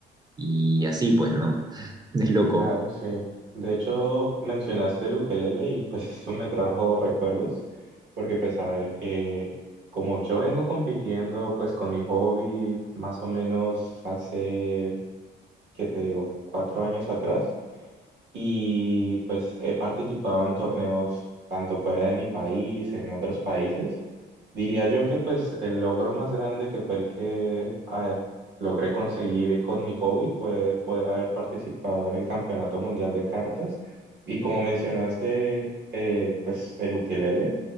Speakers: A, on the right; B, on the right.
A: y así, pues, ¿no? <laughs> Es loco.
B: Claro, sí. De hecho, mencionaste el ukelele y pues <laughs> eso me trajo recuerdos, porque pues a ver, eh, como yo vengo compitiendo pues con mi hobby más o menos hace, ¿qué te digo?, cuatro años atrás y pues he participado en torneos tanto fuera de mi país, en otros países. Diría yo que pues el logro más grande que fue el que eh, logré conseguir con mi hobby fue poder haber participado en el Campeonato Mundial de Cartas. Y como mencionaste, eh, pues el ukelele,